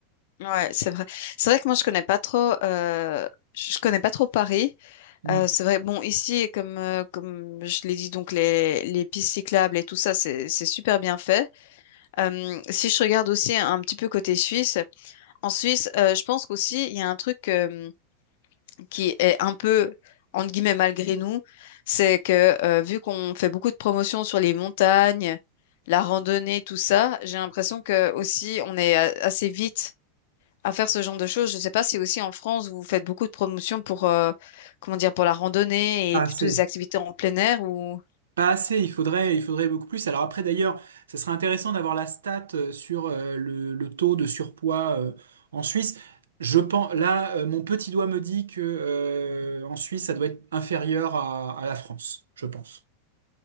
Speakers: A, on the left (about 60°); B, on the right (about 75°).
A: ouais, c'est vrai. C'est vrai que moi je connais pas trop, euh, je je connais pas trop Paris.
B: Hmm.
A: Euh, c'est vrai. Bon, ici, comme euh, comme je l'ai dit, donc les les pistes cyclables et tout ça, c'est c'est super bien fait. Euh, si je regarde aussi un petit peu côté Suisse, en Suisse, euh, je pense qu'aussi, il y a un truc euh, qui est un peu, entre guillemets, malgré nous, c'est que euh, vu qu'on fait beaucoup de promotions sur les montagnes, la randonnée, tout ça, j'ai l'impression que aussi, on est a- assez vite à faire ce genre de choses. Je ne sais pas si aussi en France, vous faites beaucoup de promotions pour, euh, comment dire, pour la randonnée
B: Assez.
A: et plutôt des activités en plein air ou...
B: Pas assez, il faudrait, il faudrait beaucoup plus. Alors après, d'ailleurs, ça serait intéressant d'avoir la stat euh, sur euh, le, le taux de surpoids euh, en Suisse. Je pense, là, euh, mon petit doigt me dit que euh, en Suisse, ça doit être inférieur à, à la France, je pense.